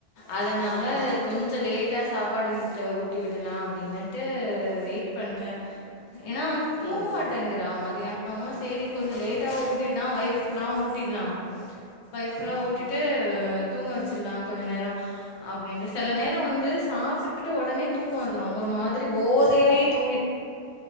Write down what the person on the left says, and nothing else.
அதனால
கொஞ்ச லேட்டா சாப்பாட் டு விட் ஊட்டி விடலா அப்டின்னுட்டு வெயிட் பண்றே ஏன்னா வந்து
தூங்க
மாட்டேங்கிற
மதியான ம் சேரி கொஞ்ச லேட்டா ஊட்டனா வயறு ஃபுல்லாம் ஊட்டிலாம் வயிறு ஃபுல்லா
ஊட்டிட்டு தூங்க வச்சிடலா கொஞ்ச நேர அப்டின்னு சில நேர வந்து சாப்ட்டுட்டு உடனே தூக்க வந்துடு ஒரு மாதிரி போதையாயி தூங்கி <inaudible>